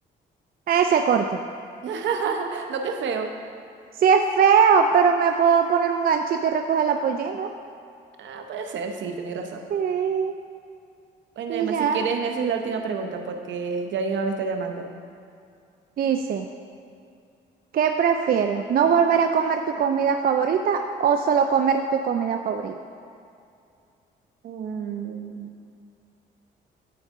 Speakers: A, on the right; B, on the right.
A: Ese corte.
B: <laughs> No, qué feo.
A: Sí es feo, pero me puedo poner un ganchito y recoger la pollina.
B: Ah, puede ser, sí, tenés razón.
A: Sí,
B: Bueno,
A: y
B: Emma,
A: ya.
B: si quieres me haces la última pregunta porque ya mi mamá me está llamando.
A: Dice, ¿qué prefieres? ¿No volver a comer tu comida favorita o solo comer tu comida favorita?
B: Mm,